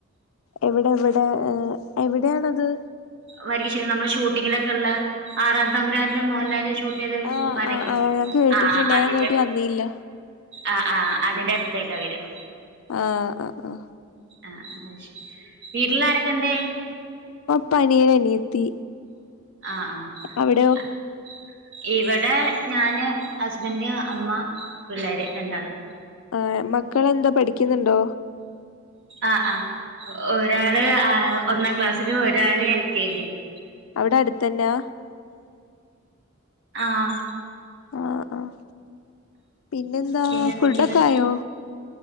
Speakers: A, on the left; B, on the right.
A: എവിടെ എവിടെ ഏ എവിടെയാണത്?
B: വരിക്കശ്ശേരി നമ്മളെ ഷൂട്ടിങ്ങിനൊക്കെള്ള ആറാം തമ്പുരാൻലെ മോഹൻലാലെ ഷൂ ട്ടേത്
A: ആഹ്
B: മനക്കല്ലേ
A: ആഹ് ആഹ് ഞാൻ കേട്ടിട്ടുണ്ട്
B: ആ
A: ഞാൻ
B: അതിന്റെ
A: ഇങ്ങോട്ട് വന്നില്ല
B: ആ അതിന്റെ അടുത്തായിട്ടാ വരാ.
A: ആഹ് ആഹ് ആഹ്
B: ആഹ് ആഹ് അയ്ശരി. വീട്ടിലാരൊക്കെണ്ട്?
A: പ്പനിയനും അനിയത്തി.
B: ആഹ്
A: അവിടെയോ
B: ആഹ് ഇവിടെ ഞാന് ഹസ്ബൻഡ്, അമ്മ, പിള്ളേര് രണ്ടാള്.
A: ആഹ് മക്കളെന്തോ പഠിക്കുന്നുണ്ടോ?
B: ആ ആ ഒരാള് ആഹ് ഒന്നാം ക്ലാസ്സിലും ഒരാള് എൽ കെ ജിയിലും.
A: അവിടെ അടുത്തന്നാ?
B: ആഹ്.
A: ആഹ് ആഹ് പിന്നെന്താ
B: പിന്നെ എന്തൊക്കെയാ
A: ഫുഡൊക്കായോ?
B: എന്നിട്ട്